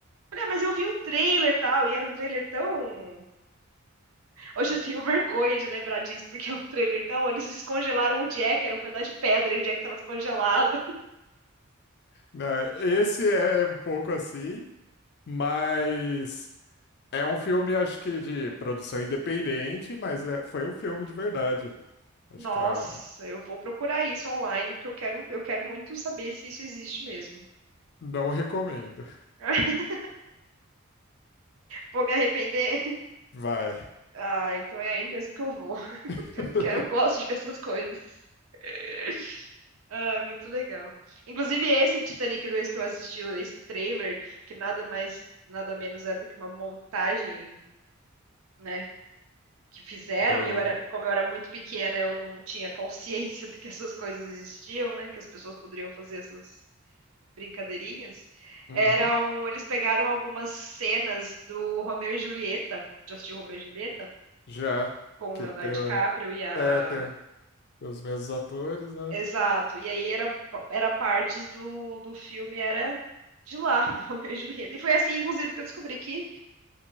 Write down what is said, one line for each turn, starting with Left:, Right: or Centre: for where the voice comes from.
Right: Olha, mas eu vi um trailer e tal, e era um trailer tão Hoje eu tenho vergonha de lembrar disso, porque é um trailer tão. Eles descongelaram o Jack, era um pedaço de pedra e o Jack tava descongelado.
Left: Não, esse é um pouco assim, mas. É um filme, acho que de produção independente, mas é- foi um filme de verdade. Acho
Right: Nossa,
Left: que ah,
Right: eu vou procurar isso online, porque eu quero, eu quero muito saber se isso existe mesmo.
Left: não recomendo.
Right: <laughs> Vou me arrepender.
Left: Vai.
Right: Ah, então é aí mesmo que eu vou. <laughs>
Left: <laughs>
Right: Eu quero, gosto de ver essas coisas. <laughs> Ah, é muito legal. Inclusive, esse Titanic 2 que eu assisti, esse trailer, que que nada mais, nada menos é do que uma montagem, né? que fizeram,
Left: Do.
Right: e eu era, como eu era muito pequena, eu não tinha consciência de que essas coisas existiam, né? Que as pessoas poderiam fazer essas brincadeirinhas.
Left: Uhum.
Right: Eram, eles pegaram algumas cenas do Romeu e Julieta, já assistiu Romeu e Julieta?
Left: Já.
Right: Com
Left: Que
Right: o Leonardo
Left: tem.
Right: DiCaprio
Left: o-
Right: e a.
Left: É, tem os mesmos atores, né?
Right: Exato. E aí era, era partes do, do filme, era de lá, <laughs> do Romeu e Julieta. E foi assim, inclusive, que eu descobri que